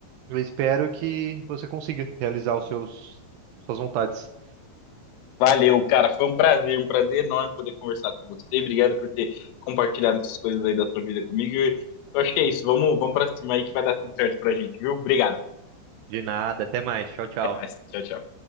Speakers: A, on the right; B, on the left.
A: eu espero que você consiga realizar os seus, suas vontades.
B: Valeu, cara. Foi um prazer, um prazer enorme poder conversar com você. Obrigado por ter compartilhado essas coisas aí da sua vida comigo. Eu acho que é isso. Vamos, vamos para cima aí que vai dar tudo certo pra gente, viu? Obrigado.
A: De nada. Até mais. Tchau, tchau.
B: Até mais. Tchau, tchau.